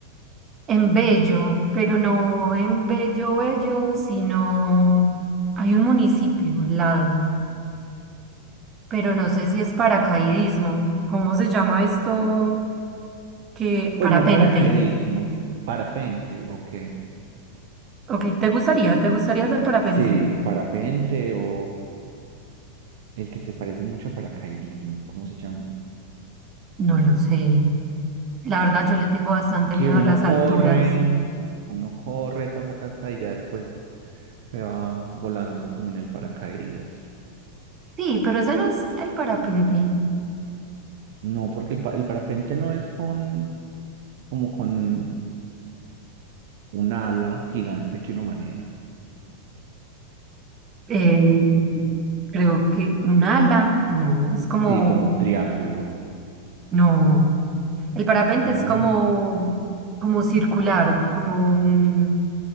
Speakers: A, on the right (about 25°); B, on the right (about 50°).
A: en Bello, pero no en Bello Bello, sino hay un municipio al lado, pero no sé si es paracaidismo. ¿Cómo se llama esto? Que
B: Pues
A: parapente.
B: no paracaidismo, co- parapente, ok.
A: Ok, ¿te gustaría? ¿Te gustaría hacer parapente?
B: Sí, parapente o el que se parece mucho a paracaidismo, ¿cómo se llama?
A: No lo sé. La verdad, yo le tengo bastante
B: Que
A: miedo
B: uno
A: a las
B: corre,
A: alturas.
B: uno corre, ta, ta, ta, ta, y ya después se va volando como en el paracaídas.
A: Sí, pero ese no es el parapente.
B: No, porque el, pa- el parapente no es con, como con un ala gigante que uno maneja.
A: Eh, creo que un ala, no, es como,
B: Sí, como un triángulo.
A: no. El parapente
B: No,
A: es como, como circular, como un-